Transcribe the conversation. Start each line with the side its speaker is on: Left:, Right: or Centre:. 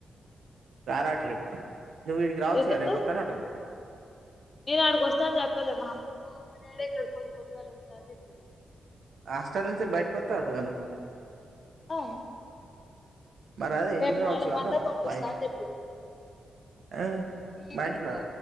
Right: రారట రేపు నువ్వు ఈడికి రావచ్చుగా
Left: ఎందుకు
Right: రేపొత్తాన్నవాటగా
Left: నేను అడికి వస్తా అని చెప్పలే మా అమ్మ మా డాడీ ఇక్కడికి పొద్దుగాల వస్తాని చెప్పిరు
Right: హాస్టల్ నుంచి బైటికొత్తవంట గ నువ్వు
Left: అవును
Right: మరి అదే ఇంటికి
Left: రేపు నాలుగు
Right: రావచ్చుగా
Left: గంట్లకు
Right: అంటానా
Left: పంపిస్తా
Right: మా ఇంటికి
Left: అని చెప్పిరు
Right: ఆ
Left: ఇంటికిగి
Right: మా ఇంటికి రా